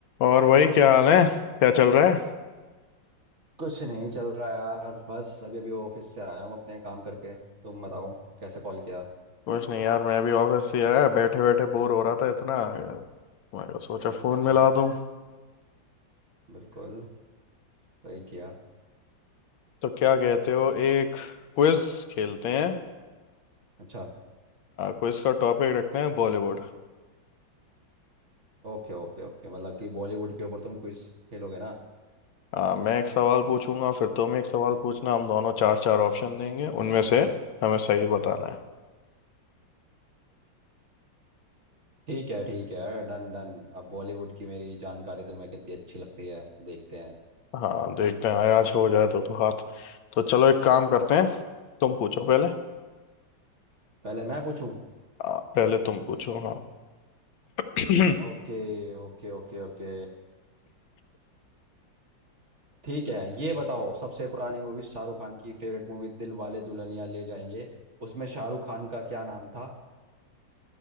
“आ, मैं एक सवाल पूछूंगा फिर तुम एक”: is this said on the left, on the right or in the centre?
Left